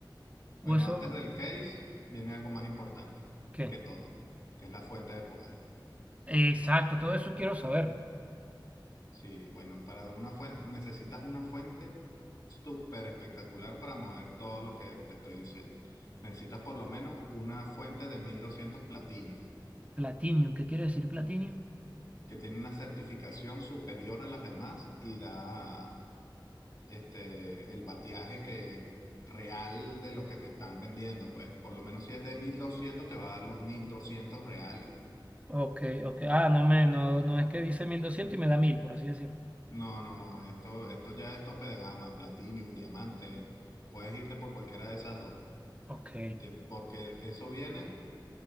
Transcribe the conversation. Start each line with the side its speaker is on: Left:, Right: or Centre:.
Right: o
Left: Bueno,
Right: eso
Left: antes del case viene algo más importante
Right: qué?
Left: que todo, que es la fuente de poder.
Right: Exacto, todo eso quiero saberlo.
Left: Sí, bueno, para una fuente, necesitas una fuente súper espectacular para mover todo lo que te estoy diciendo. Necesitas por lo menos una fuente de 1200 Platinum,
Right: Platinum, ¿qué quiere decir Platinum?
Left: que tiene una certificación superior a las demás y da este, el bateaje que, real de lo que te están vendiendo. Pues por lo menos si es de 1200 te va a dar los 1200 reales.
Right: Ok, ok. Ah, no me, no, no es que dice 1200 y me da 1000 por así decirlo.
Left: No, no, no, esto, esto ya es tope de gama, Platinum, diamante. Puedes irte por cualquiera de esas dos.
Right: Ok,
Left: Ye- Porque eso viene,